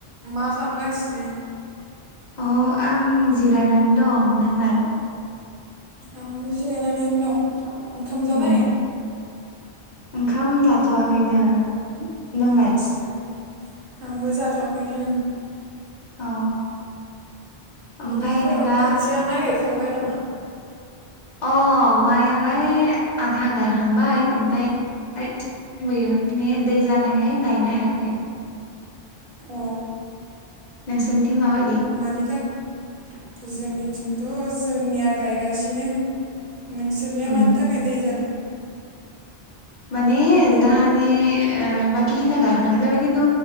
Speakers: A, on the right (about 60°); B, on the left (about 45°).
A: मा खामगासिनो
B: अ आं जिरायनानै दं नोंलाय
A: आंबो जिरायनानैनो दं ओंखाम जाबाय
B: उम ओंखाम जाथ'वाखैनो नोंलाय
A: आदसा आंबो जाथ'वाखैनो
B: अ ओमफ्राय
A: न'फोराव
B: नोंना
A: खोथिया माइ गायखांबाय नामा
B: अ मायालाय आधा गायखांबाय ओमफाय दंबोयो माने दै जानायखाय गायनो हायाखै
A: अ
B: नोंसोरनिथिं माबायदि
A: मानि थाखाय जोंनिथिंथ' जोंनिया गायगासिनो नोंसोरनिया
B: उम
A: मानि थाखाय दै जादो।
B: माने जाहानि ओ बाकि खिनियाव गायखांनाय जाबाय खिन्थु